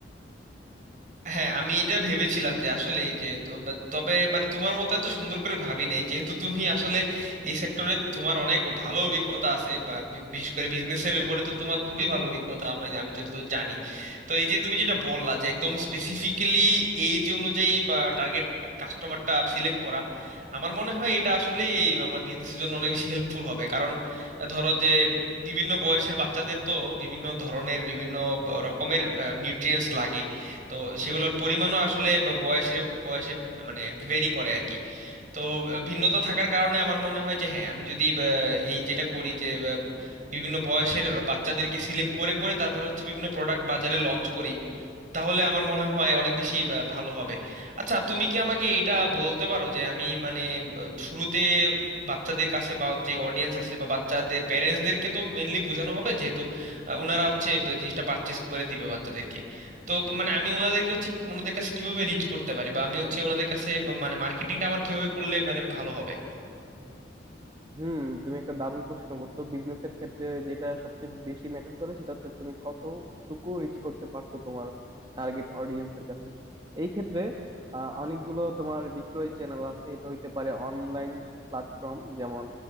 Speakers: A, on the right; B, on the right.
A: হ্যাঁ আমি এটা ভেবেছিলাম যে আসলেই যে তো- বা- তবে মানে তোমার মতো এত সুন্দর করে ভাবি নাই যেহেতু তুমি আসলে এই সেক্টরে তোমার অনেক ভালো অভিজ্ঞতা আছে বা বি- বিশেষ করে বিজনেসের উপরে তো তোমার খুবই ভালো অভিজ্ঞতা আমি আমি যতদূর জানি তো এই যে তুমি যেটা বললা যে একদম স্পেসিফিক্যালি এজ অনুযায়ী বা টার্গেট কাস্টমারটা সিলেক্ট করা আমার মনে হয় এটা আসলে আমার বিজনেসের জন্য অনেক বেশি হেল্পফুল হবে কারণ ধরো যে বিভিন্ন বয়সের বাচ্চাদের তো বিভিন্ন ধরনের বিভিন্ন ব- রকমের নিউট্রিয়েন্টস লাগে তো সেগুলোর পরিমাণও আসলে ব- বয়সে বয়সে মানে ভেরি করে আর কি তো আহ, ভিন্নতা থাকার কারণে আমার মনে হয় যে হ্যাঁ আমি যদি আহ, এই যেটা করি যে আহ, ব- বিভিন্ন বয়সের আহ, বাচ্চাদেরকে সিলেক্ট করে করে তারপরে হচ্ছে বিভিন্ন প্রোডাক্ট বাজারে লঞ্চ করি তাহলে আমার মনে হয় অনেক বেশি আহ, ভালো হবে আচ্ছা তুমি কি আমাকে এটা বলতে পারো যে আমি মানে আহ, শুরুতে বাচ্চাদের কাছে বা যে অডিয়েন্স আছে বা বাচ্চাদের প্যারেন্টসদেরকে তো মেনলি বোঝানো হবে যেহেতু আহ, ওনারা হচ্ছে ব- জিনিসটা পারচেস করে দিবে বাচ্চাদেরকে তো মানে আমি ওনাদেরকে হচ্ছে ওনাদের কাছে কিভাবে রিচ করতে পারি বা আমি হচ্ছে ওনাদের কাছে বা মানে মার্কেটিংটা আমার কিভাবে করলে মানে ভালো হবে
B: হুম তুমি একটা দারুণ প্রশ্ন করছো বিজনেসের ক্ষেত্রে যেটা সবচেয়ে বেশি ম্যাটার করে সেটা হচ্ছে তুমি কতটুকু রিচ করতে পারছো তোমার টার্গেট অডিয়েন্সের কাছে এই ক্ষেত্রে আহ, অনেকগুলো তোমার বিক্রয় চ্যানেল আছে এটা হইতে পারে অনলাইন প্ল্যাটফর্ম যেমন